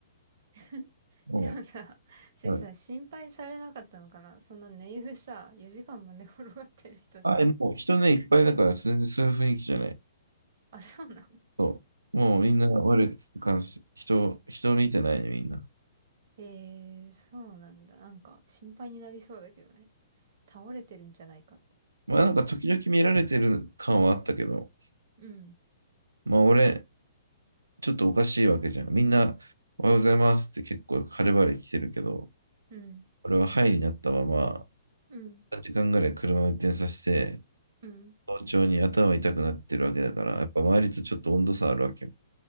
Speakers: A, on the right; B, on the right.
A: <laughs>
B: あ
A: でもさ、それさ、
B: あはい。
A: 心配されなかったのかなそんな寝湯でさ、4時間も寝転がってる人さ、
B: あ、えもう人ね、いっぱいだから、全然そういう雰囲気じゃない。
A: あ、そうなの
B: そう。もうみんな悪い感じ、人、人見てないね、みんな。
A: ええーそうなんだ。なんか心配になりそうだけどね。倒れてるんじゃないかって。
B: まあなんか時々見られてる感はあったけど、
A: うん、
B: まあ俺、ちょっとおかしいわけじゃん。みんな、おはようございますって結構晴れ晴れ来てるけど、
A: うん、
B: 俺ははいになったまま、
A: うん、
B: 3時間ぐらい車を運転させて、
A: うん。
B: 早朝に頭痛くなってるわけだから、やっぱ周りとちょっと温度差あるわけよ。